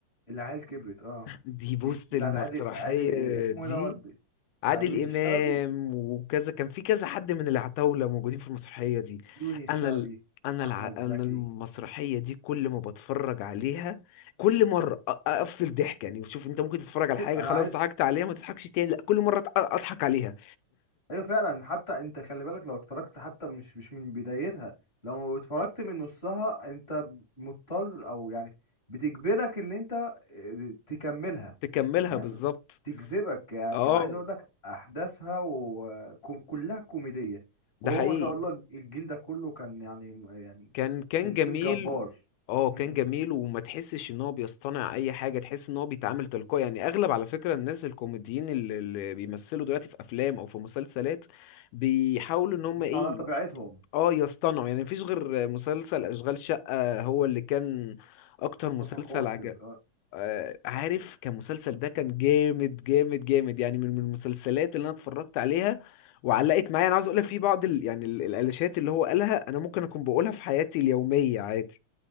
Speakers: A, on the left; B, on the left.
A: العيال كبرت اه
B: دي بص
A: دي بتاعت
B: المسرحيه
A: عادل عادل إيه اسمه
B: دي
A: ايه دوت
B: عادل
A: بتاع يوني الشلبي
B: امام وكذا كان في كذا حد من العتاوله موجودين في المسرحيه دي
A: يوني الشلبي
B: انا ال... انا
A: واحمد
B: الع... انا
A: زكي
B: المسرحيه دي كل ما بتفرج عليها كل مره أ- أ- افصل ضحك يعني وشوف انت ممكن تتفرج على
A: إيه،
B: حاجه
A: انا
B: خلاص
A: عايز
B: ضحكت عليها ما تضحكش تاني لا كل مره أت- اضحك عليها
A: ايوه فعلا حتى انت خلي بالك لو اتفرجت حتى مش مش من بدايتها لو اتفرجت من نصها انت مضطر او يعني بتجبرك ان انت آه، تكملها
B: تكملها
A: يعني
B: بالظبط
A: تجذبك يعني
B: اه
A: عايز اقول لك احداثها وكلها كوميدية
B: ده
A: وهو
B: حقيقي
A: ما شاء الله الجيل ده كله كان يعني يعني
B: كان كان
A: كان
B: جميل
A: جيل جبار
B: اه
A: مم.
B: كان جميل وما تحسش ان هو بيصطنع اي حاجه تحس ان هو بيتعامل تلقائي يعني اغلب على فكره الناس الكوميديين اللي, اللي بيمثلوا دلوقتي في افلام او في مسلسلات بيحاولوا ان هم
A: مش
B: ايه
A: على طبيعتهم
B: اه يصطنعوا يعني مفيش غير مسلسل اشغال شقه هو اللي كان اكتر
A: مصطفى
B: مسلسل
A: خاطر
B: عجب آه، عارف كان مسلسل ده كان جامد جامد جامد يعني من من المسلسلات اللي انا اتفرجت عليها وعلقت معايا انا عاوز اقول لك في بعض ال... يعني ال- الالاشات اللي هو قالها انا ممكن اكون بقولها في حياتي اليوميه عادي